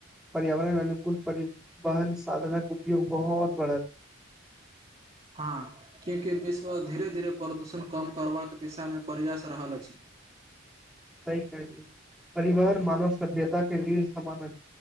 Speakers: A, in the centre; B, on the right.
A: पर्यावरण अनुकूल परिवहन साधनक उपयोग बहुत बढ़त
B: हँ, क्यूँकि विश्व धीरे धीरे प्रदूषण कम करबाक दिशा मे प्रयास रहल अछि।
A: सही कहते, परिवहन मानव सभ्यता के ऋढ़ समान